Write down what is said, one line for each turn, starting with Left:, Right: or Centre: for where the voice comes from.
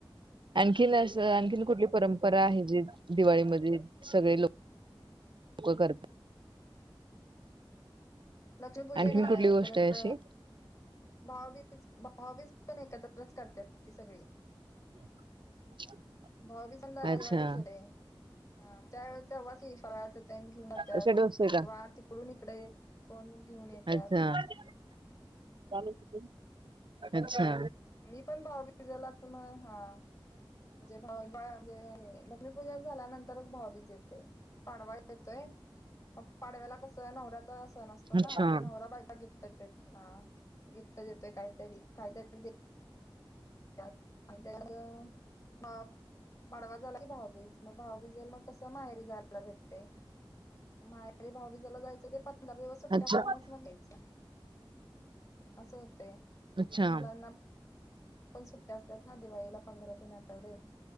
Right: आणखीन अस.. आणखीन कुठली परंपरा आहे? जी दिवाळीमध्ये सगळे लोक होय.. कर.
Left: लक्ष्मीपूजन
Right: आणखीन
Left: हाय?
Right: कुठली गोष्ट
Left: परत
Right: आहे अशी
Left: भाऊबीज भाऊबीज पण एकत्रच करते. ती सगळी.
Right: <inaudible>
Left: भाऊबीज
Right: अच्छा
Left: पण दिवाळीच येते? हा त्यावेळे तेव्हा.. ती फराळच त्यांनी घेऊ त्यात
Right: असे डोसे का
Left: तिकडून इकडे कोण घेऊन येत्यात?
Right: अच्छा <unintelligible> अच्छा
Left: मी पण भाऊबीजेला त म ह्म्म.. म्हणजे भाऊ म्हणजे.. लक्ष्मी पूजा झाल्यानंतरच भाऊबीच येते. पाडवा येतोय. ह पाडव्याला कस आहे नवऱ्याचा सण असतो
Right: अच्छा
Left: ना मग नवरा बाई का गिफ्ट करतेत देतोय काहीतरी काही त्यांच गिफ्ट ात आणि त्या म पाडवा झाला की भाऊबीज मग भाऊबीज मग कस माहेरी जायला भेटते माटेरी भाऊी जला जायचं ते पंधरा दिवस सुट्ट्या
Right: अच्छा
Left: खाऊनच मगच यायचं असं होते
Right: अच्छा
Left: मग मुलांना आपण सुट्ट्या असल्यात ना दिवाळीला पंधरा तीन आठवडे